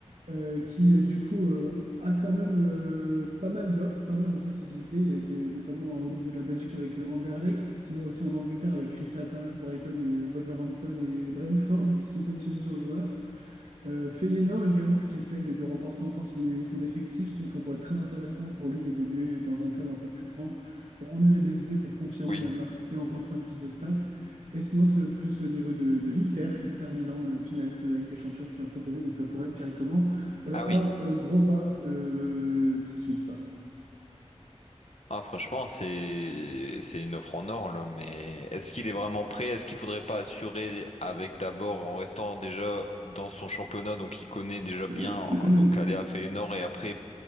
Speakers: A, on the right; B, on the left.
A: euh, qui, euh, du coup, euh, a quand même euh, pas mal d'offres, pas mal de possibilités. Il a été notamment au niveau de la Belgique avec euh, Anderlecht, sinon aussi en Angleterre avec Crystal Palace, Brighton et euh, Wolverhampton et Brentford qui se sont positionnés sur le joueur. Euh, Feyenoord également, qui essaye de renforcer encore son, é- son effectif, donc ça pourrait être très intéressant pour lui d'évoluer dans un club un peu plus grand en Eredivisie pour confirmer
B: Oui.
A: la marque et encore faire plus de stats. Et sinon, c'est plus au niveau de, de l'Inter, l'Inter Milan, le finaliste de la Ligue des Champions qui l'a proposé. Donc ça pourrait être directement euh,
B: Ah
A: un
B: oui.
A: euh, gros pas euh, tout de suite, quoi.
B: Ah, franchement, c'est c'est une offre en or là, mais est-ce qu'il est vraiment prêt? Est-ce qu'il faudrait pas assurer avec d'abord en restant déjà dans son championnat, donc il connaît déjà
A: <clears throat>
B: bien, donc aller à Feyenoord et après